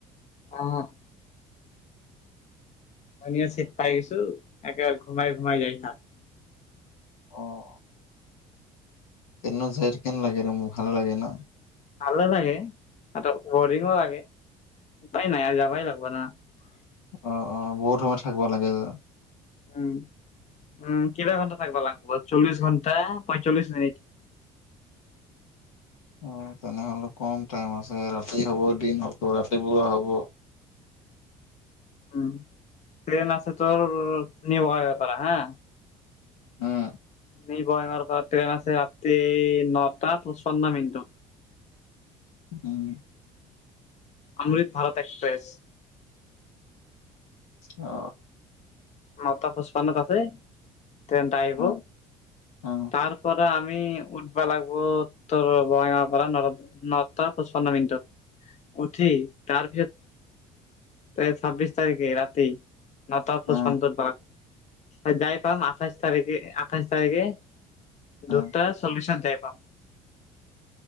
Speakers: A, on the left; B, on the left.
A: অ । ধুনিয়া চিত পাই গৈছো একেবাৰে ঘুমাই ঘুমাই যায় থাক ।
B: অ । কেনিনো যায় থাকে হেন লাগে আৰু মোৰ ভাল লাগে না ।
A: ভালে লাগে বৰিঙো লাগে উপায় নাই আৰু যাবই লাগব না ।
B: অ অ বহুত সময় থাকিব লাগে যে
A: উম উম কিবা ঘণ্টা থাকিব লাগব। চল্লিশ ঘণ্টা পয়ঞ্চল্লিশ মিনিট।
B: অ তেনেহলে কম টাইম আছে ৰাতি হব দিন হব ৰাতিপুৱা হ'ব।
A: উম ট্ৰেইন আছে তৰ নিব বেপাৰা হা
B: হম
A: নিবঙাই গাৱৰ পৰা ট্ৰেইন আছে ৰাতি নটাত পঁচপন্ন মিনিটত।
B: উম
A: অমৃত ভাৰত এক্সপ্ৰেছ
B: অ।
A: ন টা পুষ্পন্নত আছে। তেন্ত আহিব
B: অ অ
A: তাৰ পৰা আম আমি উঠবা লাগিব ত বগাঁৱৰ পৰা ন নটা পচপন্ন মিনিটত, উঠি তাৰপিছত তে ছাব্বিশ তাৰিখে ৰাতি নটা পচপন্ন
B: অ
A: উঠব লাগিব যাই পাম আঠাইশ তাৰিখে আঠাইশ তাৰিখে। দুটা
B: অ
A: চবিচত যাই পাম।